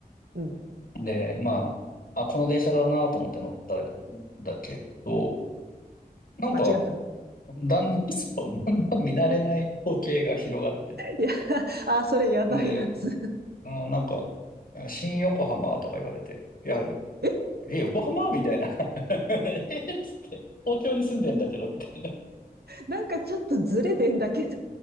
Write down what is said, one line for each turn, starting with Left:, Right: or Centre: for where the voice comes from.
Right: うん。
Left: で、まあ、あ、この電車だなと思って乗ったんだけど、なんか、
Right: 間違ったの。
Left: だんだん、そう、だんだん見慣れない光景が広がってて、
Right: いや、あ、それやばいやつ。
Left: で、うん、なんか、いや新横浜とか言われて、いや、
Right: え
Left: え、横浜みたいな。<laughs> えっつって、東京に住んでんだけど、みたいな。
Right: なんかちょっとずれてんだけど。